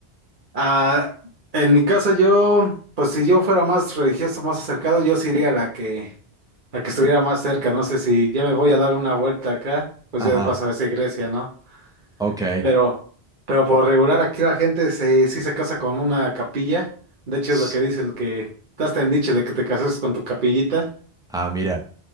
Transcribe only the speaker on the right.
Ah, en mi caso, yo, pues si yo fuera más religioso, más acercado, yo sí iría a la que, la que estuviera más cerca. No sé si ya me voy a dar una vuelta acá, pues
ya de paso a esa iglesia, ¿no?
Pero, pero por regular aquí la gente se, sí se casa con una capilla. De hecho,
es lo que dicen que te hasta en dicho de que te cases con tu capillita.